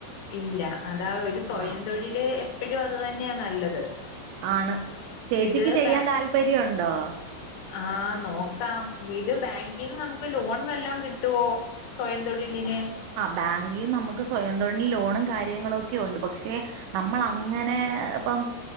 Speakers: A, on the left; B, on the right.
A: ഇല്ല. അതാ ഒരു സ്വയം
B: ആഹ്
A: തൊഴില് എപ്പഴും അത് തന്നെയ നല്ലത്.
B: ആണ്. ചേച്ചിക്ക്
A: ഇത്
B: ചെയ്യാൻ
A: ബാ
B: താല്പര്യം ഉണ്ടോ?
A: ആഹ് നോക്കാം. ഇത് ബാങ്കിൽന്ന് നമുക്ക് ലോൺ വെല്ലോം കിട്ടുവോ? സ്വയം തൊഴിലിന്.
B: ബാങ്കിന്ന് നമുക്ക് സ്വയം തൊഴിൽ ലോണും കാര്യങ്ങളും ഒക്കെയുണ്ട് പക്ഷെ നമ്മളങ്ങനെ ഇപ്പം